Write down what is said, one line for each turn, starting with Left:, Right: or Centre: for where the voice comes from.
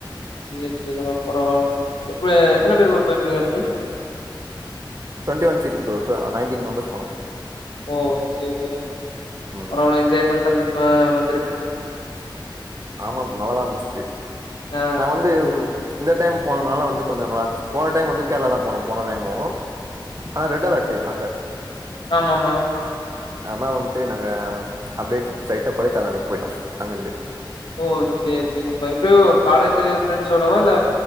Left: செரி செரி ப்ரோ பரவால்ல இப்ப எத்தன
Right: ம்
Left: பேரு ப்ரோ போயிருப்பீங்க இப்டி
Right: twenty one seat bro to nineteen members போனோ
Left: ஓ சேரி செரி
Right: ம்
Left: பரவால்ல என்ஜாய் பண்ட்டுன் ஆ வந்திருப்பீங்க
Right: ஆமா ப் நல்லாதா இருந்துச்சு
Left: ஆ
Right: நாங்க வந்து
Left: சேரி
Right: இந்த டைம் போனதுனால வந்து கொஞ்சொ நல்லா இருந்துச்சு போன டைம் வந்து கேரளா தா போனோ போன டைமு ஆ ரெட் அலர்ட்டு அங்க
Left: ஆமா ஆமா
Right: ஆனா வந்ட்டு நாங்க அப்டே சைட்டா கொடைக்கானல் போயிட்டோ அங்கந்து
Left: ஓ செரி செரி நம்ம இது காலேஜ் ப்ரெண்ஸ் சோடவா இல்ல